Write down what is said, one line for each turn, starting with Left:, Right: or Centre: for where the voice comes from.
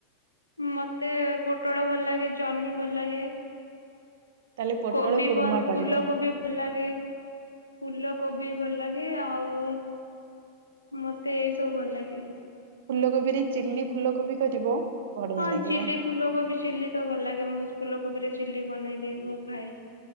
Left: ମତେ ପୋଟଳ ଭଲ ଲାଗେ ଜହ୍ନୀ ଭଲ ଲାଗେ
Right: ତାହେଲେ ପୋଟଳ
Left: କବି
Right: କୁର୍ମା
Left: ଭଲ
Right: କରିବ।
Left: ଫୁଲ କୋବି ଭଲ ଲାଗେ ଫୁଲ କୋବି ବି ଭଲ ଲାଗେ ଆଉ ମତେ ଏଇ ସବୁ ଭଲ ଲାଗେ
Right: ଫୁଲକୋବିରେ ଚିଲ୍ଲି ଫୁଲକୋବି କରିବ ବଢିଆ
Left: ହଁ
Right: ଲାଗିବ
Left: ଚିଲି ଫୁଲକୋବି ଚିଲି ତ ଭଲ ଲାଗେ ମୁ ଫୁଲକୋବିରେ ଚିଲି ବନେଇଦିଏ ମୁଁ ଖାଏ।